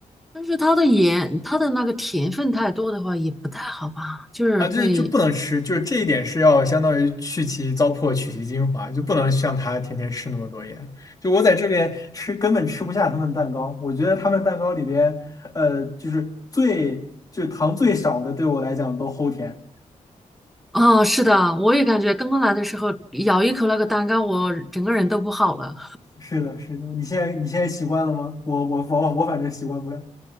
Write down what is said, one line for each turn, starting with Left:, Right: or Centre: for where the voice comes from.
Centre: 但是它的盐，它的那个甜分太多的话也不太好吧，就是会，
Left: 啊，这就不能吃，就是这一点是要相当于去其糟粕，取其精华，就不能像他天天吃那么多盐。就我在这边吃，根本吃不下他们蛋糕。我觉得他们蛋糕里边，呃，就是最就是糖最少的，对我来讲都齁甜。
Centre: 啊，是的，我也感觉刚刚来的时候咬一口那个蛋糕，我整个人都不好了。
Left: 是的，是的，你现在你现在习惯了吗？我我我我反正习惯不了。